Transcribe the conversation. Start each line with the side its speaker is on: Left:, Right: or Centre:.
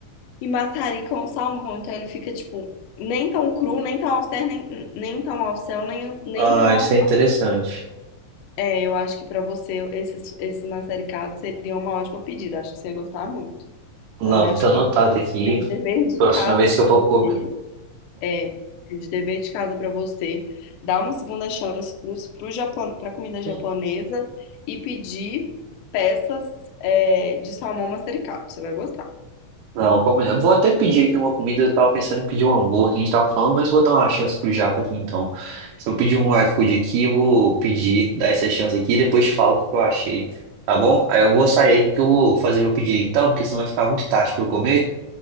Left: E maçari com salmão. Então ele fica, tipo, nem tão cru, nem tão ao nem, nem tão ao céu, nem, nem
Right: Ah,
Left: tão
Right: isso
Left: ao
Right: é interessante.
Left: bé. Eu acho que pra você esses, esse maçaricado seria uma ótima pedida. Acho que você ia gostar muito. Então
Right: Não,
Left: eu acho
Right: tá
Left: que
Right: anotado aqui.
Left: fica de dever de
Right: Próxima
Left: casa
Right: vez
Left: pra
Right: que eu vou
Left: você.
Right: comer.
Left: É, fica de dever de casa pra você. Dar uma segunda chance pros, pro Japão, pra comida japonesa
Right: <laughs>
Left: e pedir peças, é, de salmão maçaricado. Você vai gostar.
Right: Não, como- eu vou até pedir aqui uma comida. Eu tava pensando em pedir um hambúrguer, a gente tava falando, mas vou dar uma chance pro Japa aqui então. Se eu pedir um iFood aqui, eu vou pedir, dar essa chance aqui e depois te falo o que eu achei. Tá bom? Aí eu vou sair aqui que eu vou fazer meu pedido então, porque senão vai ficar muito tarde pra eu comer.